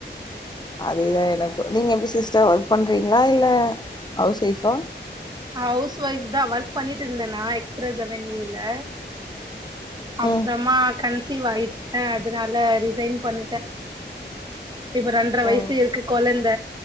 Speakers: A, on the left (about 25°); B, on the right (about 20°).
A: அதேதா எனக்கு நீங்க எப்டி சிஸ்டர் ஒர்க் பண்றீங்களா இல்ல ஹவுஸ் வைபா
B: ஹவுஸ் ஒய்ஃப்தா ஒர்க் பண்ணிட்டு இருந்தேனா எக்ஸ்பிரஸ் அவன்யூல அப்றமா
A: ம்
B: கன்சிவ் ஆய்ட்டே அதனால ரிசைன் பண்ணிட்டே இப்ப ரெண்ர வயசு
A: ஓ
B: இருக்கு கொழந்த